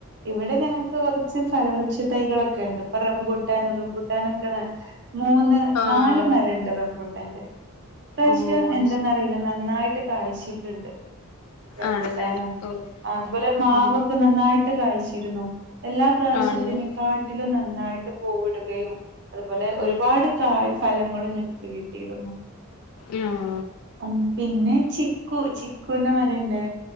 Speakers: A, on the right; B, on the left.
A: ഇവിടെ ഞങ്ങൾക്ക് കുറച്ച് ഫലവൃക്ഷ തൈകളൊക്കെ ഇണ്ട്, ഇപ്പൊ റംമ്പൂട്ടാൻ റംമ്പൂട്ടാനൊക്കെ മൂന്ന്
B: ആ
A: നാല് മരണ്ട് റംബൂട്ടാന്റെ ഇപ്രാവശ്യം
B: ഓ അത്
A: എന്തെന്നറിയില്ല
B: ശരി
A: നന്നായി ട്ട് കാഴ്ച്ചിട്ടുണ്ട് റംബൂട്ടാനും
B: ആണല്ലേ ഓ
A: അതുപോലെ മാവ്
B: ആ
A: നന്നായിട്ട് കായിച്ചിരുന്നു, എല്ലാ പ്രാവശ്യത്തിനെക്കാ
B: ആണല്ലേ
A: ട്ടിലും നന്നായിട്ട് പൂവ്ട്കയും അതുപോലെ ഒരുപാട്
B: ആ
A: കായ് ഫലങ്ങളും ഞങ്ങൾക്ക് കിട്ടിയിരുന്നു.
B: ആഹ്.
A: ആഹ്, പിന്നെ ചിക്കു ചിക്കൂന്റെ മരണ്ട്.